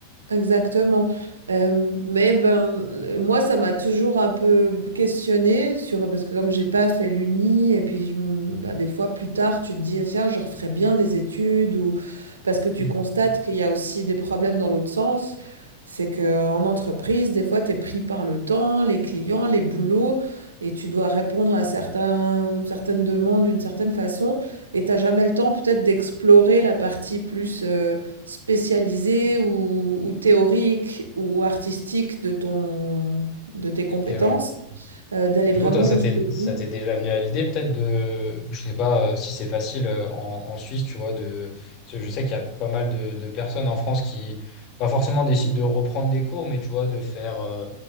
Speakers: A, on the right (about 70°); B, on the left (about 40°).
A: Exactement, hem, mais ben, heu, moi ça m'a toujours un peu questionnée sur parce que comme j'ai pas fait l'Uni et puis je m bah, des fois plus tard tu te dis: ah, «Tiens je referais bien des études» ou parce que tu
B: Mm.
A: Mmh. constates qu'il y a aussi des problèmes dans l'autre sens. C'est que en entreprise, des fois tu es pris par le temps, les clients, les boulots et tu dois répondre à certains certaines demandes d'une certaine façon et t'as jamais le temps peut-être d'explorer la partie plus, euh, spécialisée ou, ou théorique ou artistique de ton, de tes compétences,
B: Ok, ouais.
A: euh, d'aller
B: Et du
A: vraiment
B: coup, toi, ça
A: jusqu'au
B: t'est,
A: bout.
B: ça t'est déjà venu à l'idée peut-être de, je sais pas euh, si c'est facile euh, en, en Suisse, tu vois, de, parce que je sais qu'il y a pas mal de, de personnes en France qui, pas forcément décident de reprendre des cours, mais tu vois, de faire, euh,